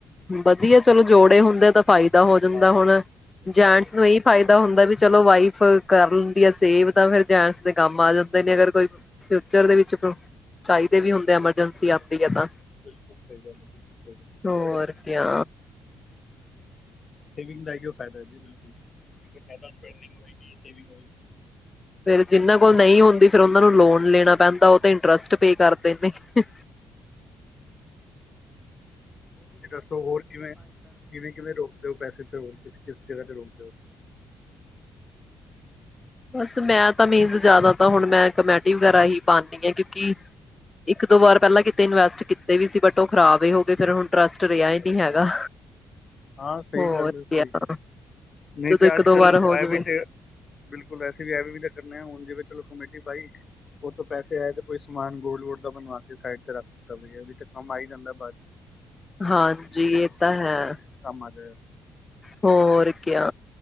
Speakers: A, on the left; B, on the left.
A: ਵਧੀਆ ਚਲੋ ਜੋੜੇ ਹੁੰਦੇ ਤਾਂ ਫਾਇਦਾ ਹੋ ਜਾਂਦਾ
B: ਹਾਂ
A: ਹੁਣ ਜੈਂਟਸ
B: ਬਸ ਸਹੀ
A: ਨੂੰ ਇਹੀ ਫਾਇਦਾ
B: ਗੱਲ
A: ਹੁੰਦਾ ਵੀ ਚਲੋ ਵਾਈਫ ਕਰ ਲੈਂਦੀ ਆ ਸੇਵ ਤਾਂ ਫੇਰ ਜੈਂਟਸ ਦੇ ਕੰਮ
B: ਬਿਲਕੁਲ
A: ਆ ਜਾਂਦੇ ਨੇ ਅਗਰ ਕੋਈ ਫਿਊਚਰ ਦੇ ਵਿੱਚ ਪਰੋ ਚਾਹੀਦੇ ਵੀ ਹੁੰਦੇ ਐਮਰਜੈਂਸੀ ਆਉਂਦੀ ਹੈ ਤਾਂ
B: ਬਿਲਕੁਲ ਸਹੀ ਗੱਲ ਹੈ, ਬਿਲਕੁਲ ਸਹੀ
A: ਹੋਰ ਕਿਆ
B: ਸੇਵਿੰਗ ਦਾ ਏਹੀ ਉਹ ਫਾਇਦਾ ਜੀ ਬਿਲਕੁਲ ਜਿਆਦਾ ਸਪਡਿੰਗ ਹੋਏਗੀ ਸੇਵਿੰਗ ਹੋਏਗੀ
A: ਫੇਰ ਜਿਹਨਾਂ
B: ਫਿਰ
A: ਕੋਲ ਨਹੀਂ ਹੁੰਦੀ ਫੇਰ ਉਹਨਾਂ ਨੂੰ ਲੋਨ ਲੈਣਾ ਪੈਂਦਾ ਤਾਂ ਉਹ ਤੇ ਇੰਟਰਸਟ ਪੇ ਕਰਦੇ ਨੇ ਹੰ ਹ
B: ਤੁਸੀਂ ਦੱਸੋ ਹੋਰ ਕਿਵੇਂ ਕਿਵੇਂ ਕਿਵੇਂ ਰੋਕਦੇ ਹੋ ਪੈਸੇ ਤੇ ਹੋਰ ਕਿਸ ਕਿਸ ਜਗ੍ਹਾ ਤੇ ਰੋਕਦੇ ਹੋ
A: ਬਸ ਮੈਂ ਤਾਂ ਮੀਨਸ ਜਿਆਦਾ ਤਾ ਹੁਣ ਮੈਂ ਕਮੇਟੀ ਵਗੈਰਾ ਹੀ ਪਾਦੀ ਆ ਕਿਉਂਕਿ ਇੱਕ ਦੋ ਵਾਰ ਪਹਿਲਾਂ ਕਿਤੇ ਇਨਵੈਸਟ ਕੀਤੇ ਵੀ ਸੀ ਬਟ ਉਹ ਖਰਾਬ ਹੀ ਹੋ ਗਏ ਫਿਰ ਹੁਣ ਟ੍ਰਸਟ ਰਿਹਾ ਹੀ
B: ਅੱਛਾ
A: ਨਹੀਂ ਹੈਗਾ
B: ਹਾਂ ਸਹੀ
A: ਹੋਰ
B: ਗੱਲ
A: ਕਿਆ
B: ਹੈ ਸਹੀ ਗੱਲ ਨਹੀਂ
A: ਜਦੋਂ
B: ਤੇ
A: ਇੱਕ
B: ਅੱਜ
A: ਦੋ
B: ਕੱਲ੍ਹ
A: ਵਾਰ ਹੋ ਜਾਵੇ
B: ਐ ਵੀ ਤੇ ਬਿਲਕੁਲ ਐਸੀੇ ਵੀ ਐਵੇਂ ਵੀ ਤਾਂ ਕਰਨੇਂ ਆ ਹੁਣ ਜਿਵੇਂ ਚਲੋ ਕਮੇਟੀ ਪਾਈ ਉਥੋਂ ਪੈਸੇ ਆਏ ਤੇ ਕੋਈ ਸਮਾਨ ਗੋਲੋਡ ਵੋਲਡ ਦਾ ਬਣਵਾ ਕੇ ਸਾਈਡ ਤੇ ਰੱਖ ਦਿੱਤਾ ਵੀ ਐ ਵੀ ਤੇ ਕੰਮ ਆਈ ਜਾਂਦਾ ਬਾਅਦ ਚ
A: ਹਾਂਜੀ ਇਹ ਤਾਂ ਹੈ
B: ਮਧ
A: ਹੋਰ ਕਿਆ